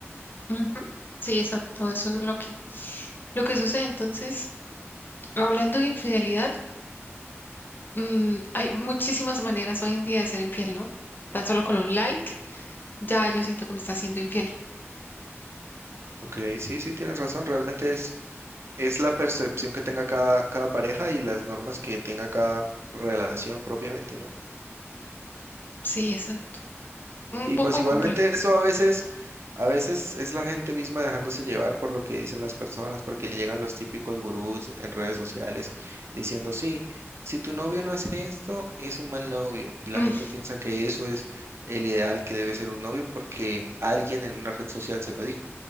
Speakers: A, on the left (about 45°); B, on the right (about 60°).
A: Ujú. Sí, exacto, eso es lo que, lo que sucede. Entonces, hablando de infidelidad, mm, hay muchísimas maneras hoy en día de ser infiel, ¿no? Tan solo con un like. Ya yo siento que me está siendo infiel.
B: Ok, sí, sí, tienes razón. Realmente es, es la percepción que tenga cada, cada pareja y las normas que tenga cada relación propiamente, ¿no?
A: Sí, es un
B: Y
A: poco
B: pues igualmente
A: complejo.
B: eso a veces, a veces es la gente misma dejándose llevar por lo que dicen las personas, porque llegan los típicos gurús en redes sociales diciendo, sí, si tu novio no hace esto, es un mal novio. Y la
A: Mm,
B: gente piensa que eso es el ideal que debe ser un novio porque alguien en una red social se lo dijo,